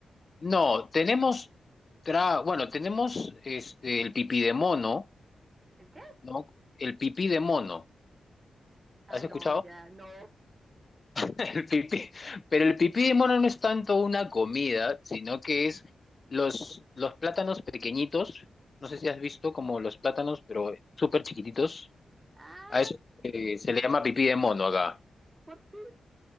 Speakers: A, on the left; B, on the right.
A: no, tenemos, tra- bueno, tenemos este, el pipí de mono,
B: ¿El qué?
A: ¿no? El pipí de mono.
B: Ah,
A: ¿Has
B: no,
A: escuchado?
B: ya, no.
A: El pipí, pero el pipí de mono no es tanto una comida, sino que es los, los plátanos pequeñitos, no sé si has visto como los plátanos, pero súper chiquititos,
B: Ah,
A: a eso
B: sí.
A: eh, se le llama pipí de mono acá,
B: ¿Por qué